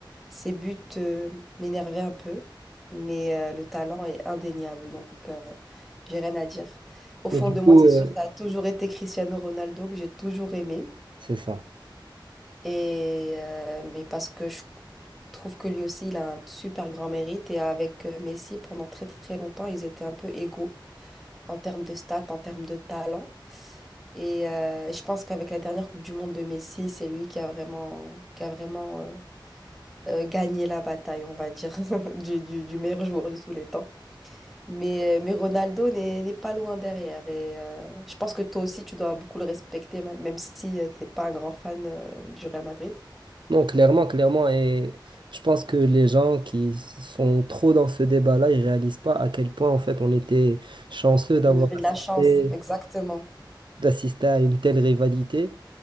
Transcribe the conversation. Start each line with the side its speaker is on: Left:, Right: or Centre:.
Centre: ses buts, euh, m'énervaient un peu, mais euh, le talent est indéniable, donc euh, j'ai rien à dire. Au fond
Right: Mais du
Centre: de moi,
Right: coup,
Centre: c'est
Right: euh,
Centre: sûr, ça a toujours été Cristiano Ronaldo que j'ai toujours aimé,
Right: c'est ça.
Centre: et euh, mais parce que je trouve que lui aussi, il a un super grand mérite. Et avec euh, Messi, pendant très très longtemps, ils étaient un peu égaux en termes de stats, en termes de talent. Et euh, je pense qu'avec la dernière Coupe du Monde de Messi, c'est lui qui a vraiment, qui a vraiment euh, euh, gagné la bataille, on va dire, <laughs> du, du, du meilleur joueur de tous les temps. Mais, euh, mais Ronaldo n'est n'est pas loin derrière. Et euh, je pense que toi aussi, tu dois beaucoup le respecter, ma- même si tu t'es pas un grand fan euh, du Real Madrid.
Right: Non, clairement, clairement. Et je pense que les gens qui sont trop dans ce débat-là, ils réalisent pas à quel point, en fait, on était chanceux d'avoir
Centre: On avait de
Right: assisté,
Centre: la chance, exactement.
Right: d'assister à une telle rivalité